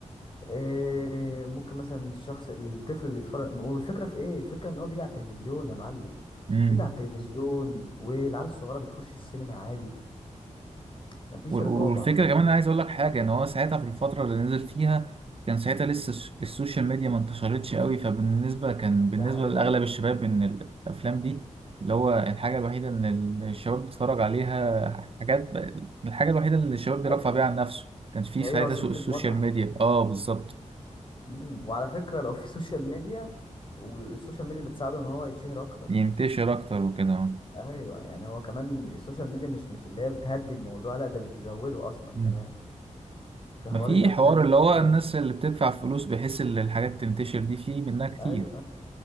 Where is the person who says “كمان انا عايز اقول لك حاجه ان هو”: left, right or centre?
Right